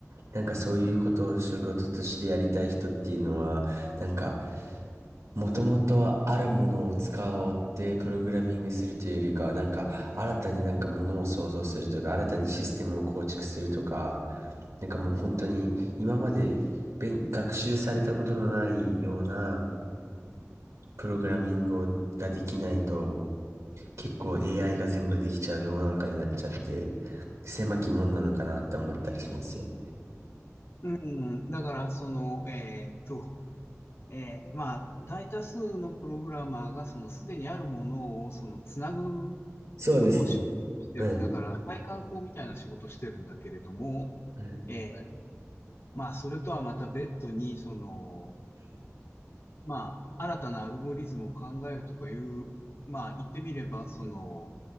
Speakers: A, on the right (about 75°); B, on the left (about 50°).
A: なんかそういうことを仕事としてやりたい人っていうのは、なんか、もともとはあるものを使おうってプログラミングするというよりかは、なんか新たになんかものを創造するとか、新たにシステムを構築するとか、なんかもう本当に今まで勉学習されたことのないようなプログラミングをができないと、結構 AI が全部できちゃう世の中になっちゃって、狭き門なのかなって思ったりしますよね。
B: うんだから、その、えーっと、えーまあ、大多数のプログラマーが、その、すでにあるものを、その、つなぐ
A: そうですね。
B: ことを仕事にしてる。
A: はい。
B: だから、配管工みたいな仕事をしてるんだけれども、
A: うん。
B: えーまあ、それとはまた別途に、その、まあ、新たなアルゴリズムを考えるとかいう、まあ、言ってみれば、その、